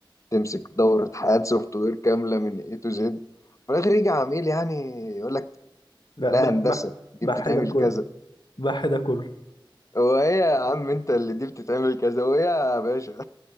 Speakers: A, on the left; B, on the left.
A: تمسك دوره حياه سوفت وير كامله من اي تو زد في الاخر يجي عميل يعني يقول لك
B: لا
A: لا
B: بح
A: هندسه
B: بح بح
A: دي بتتعمل
B: ده كله
A: كذا
B: بح ده كله
A: هو ايه يا عم انت اللي دي بتتعمل كذا هو ايه يا باشا